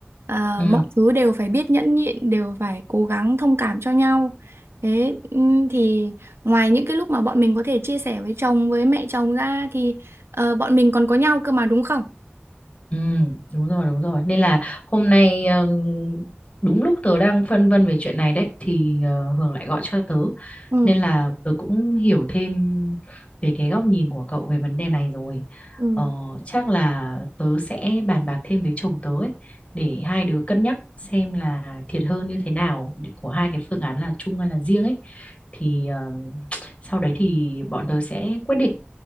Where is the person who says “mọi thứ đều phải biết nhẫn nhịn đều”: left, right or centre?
Right